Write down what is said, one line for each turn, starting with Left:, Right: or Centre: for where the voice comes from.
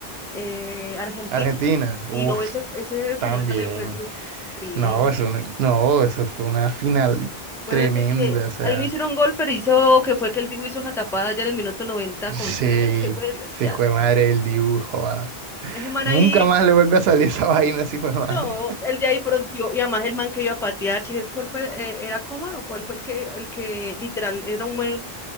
Centre: eh, Argentina.
Right: Argentina, uff,
Centre: Y no, ese, ese final
Right: también.
Centre: también fue sufrir,
Right: No, eso, no, no, eso fue una final
Centre: Acuérdate
Right: tremenda.
Centre: que
Right: O sea,
Centre: ahí no hicieron gol, pero hizo que fue que el Dibu hizo esa tapada allá en el minuto noventa
Right: sí,
Centre: con tres, que fue el-
Right: sí,
Centre: ya.
Right: fue madre el dibujo. ah.
Centre: Ese man
Right: Nunca
Centre: ahí,
Right: más le vuelve a salir esa <laughs> vaina, sí, fue madre.
Centre: no, el de ahí fronteó, y además el man que iba a patear, ¿quién, es- cuál fue, eh, era Coman o cuál fue el que, el que literal era un buen,